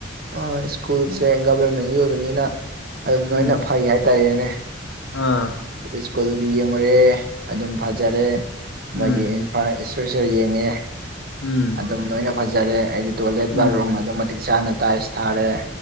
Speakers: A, on the right (about 50°); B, on the left (about 80°).
A: ꯑ ꯁ꯭ꯀꯨꯜꯁꯦ ꯒꯕꯔꯃꯦꯟꯒꯤ ꯑꯣꯏꯕꯅꯤꯅ ꯑꯗꯨꯝ
B: ꯎꯝ
A: ꯂꯣꯏꯅ ꯐꯩ ꯍꯥꯏꯇꯥꯔꯦꯅꯦ
B: ꯑꯥ
A: ꯁ꯭ꯀꯨꯜꯒꯤ ꯌꯦꯡꯉꯨꯔꯦ ꯑꯗꯨꯝ ꯐꯖꯔꯦ
B: ꯎꯝ
A: ꯃꯣꯏꯒꯤ ꯑꯥꯏ ꯁꯇ꯭ꯔꯆꯔ ꯌꯦꯡꯉꯦ
B: ꯎꯝ
A: ꯑꯗꯨꯝ ꯂꯣꯏꯅ ꯐꯖꯔꯦ ꯑꯩꯗꯤ ꯇꯣꯏꯂꯦꯠ
B: ꯎꯝ
A: ꯕꯥꯠꯔꯨꯝ ꯑꯗꯨꯝ ꯃꯇꯤꯛ ꯆꯥꯅ ꯇꯥꯏꯁ ꯊꯥꯔꯦ